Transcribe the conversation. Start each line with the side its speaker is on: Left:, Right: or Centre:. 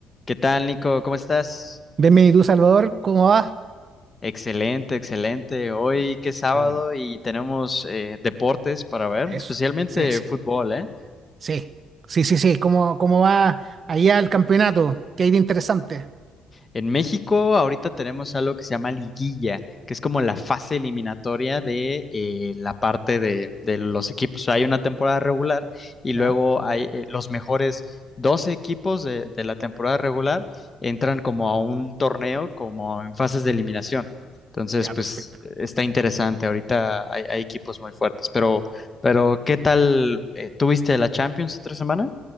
Left: ¿Qué tal, Nico? ¿Cómo estás?
Right: Venme tú, Salvador, ¿cómo va?
Left: Excelente, excelente. Hoy que es sábado
Right: Qué bueno,
Left: y tenemos eh, deportes para ver,
Right: eso.
Left: especialmente
Right: Sí, sí,
Left: fútbol, ¿eh?
Right: sí, sí, sí, sí. ¿Cómo, cómo va allá el campeonato? ¿Qué hay de interesante?
Left: En México ahorita tenemos algo que se llama liguilla, que es como la fase eliminatoria de eh, la parte de, de los equipos. O sea, hay una temporada regular y
Right: Ya,
Left: luego hay eh, los mejores 12 equipos de, de la temporada regular entran como a un torneo, como en fases de eliminación. Entonces,
Right: ya,
Left: pues
Right: perfecto.
Left: está interesante. Ahorita hay, hay equipos muy fuertes, pero, pero ¿qué tal? eh, ¿tuviste la Champions entre semana?